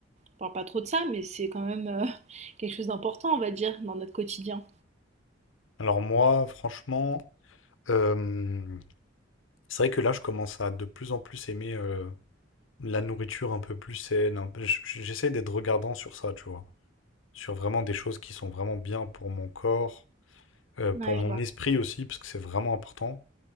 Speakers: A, on the right; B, on the left.
A: on parle pas trop de ça, mais c'est quand même euh, <laughs> quelque chose d'important, on va dire, dans notre quotidien.
B: Alors moi, franchement, euh, c'est vrai que là, je commence à de plus en plus aimer euh, la nourriture un peu plus saine. un peu- j- j- J'essaie d'être regardant sur ça, tu vois. Sur vraiment des choses qui sont vraiment bien pour mon corps, euh, pour
A: Ouais,
B: mon
A: je vois.
B: esprit aussi, parce que c'est vraiment important.